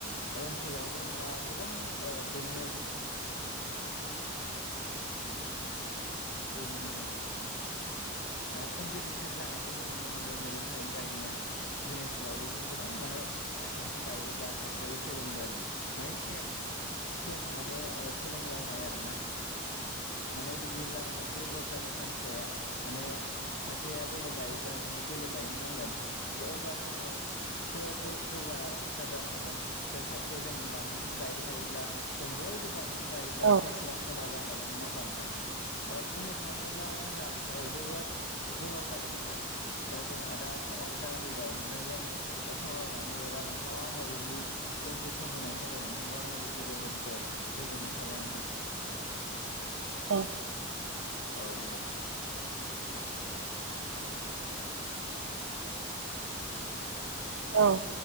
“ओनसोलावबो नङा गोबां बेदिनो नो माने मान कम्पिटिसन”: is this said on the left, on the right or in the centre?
Left